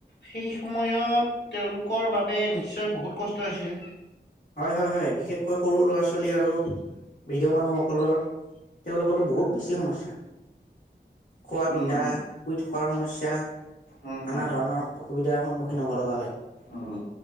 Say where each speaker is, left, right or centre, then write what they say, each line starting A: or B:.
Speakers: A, on the left; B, on the left.
A: সেই সময়ত তেওঁলোকৰ বাবে নিশ্চয় বহুত কষ্ট হৈছিল
B: হয় হয় হয়। বিশেষকৈ সৰু ল'ৰা ছোৱালী আৰু, বৃদ্ধ মানুহসকলৰ, তেওঁলোকৰটো বহুত বেছি সমস্যা। খোৱা
A: উম,
B: পিন্ধা, শুই থকাৰ সমস্যা, তেয়া,
A: উম, হম।
B: আনা ধৰণৰ অসুবিধা। সন্মুখীন হ'ব লগা হয়।
A: উম,